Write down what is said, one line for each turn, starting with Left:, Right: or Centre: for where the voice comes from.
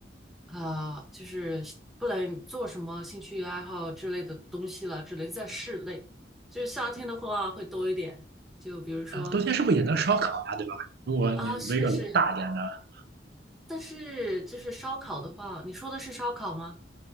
Centre: 啊、就是不能做什么兴趣爱好之类的东西了，只能在室内。就是夏天的话会多一点。就比如说，
Right: 啊，冬天是不是也能烧烤呀、对吧？如果你围个炉大一点的。
Centre: 啊，是是，但是就是烧烤的话，你说的是烧烤吗？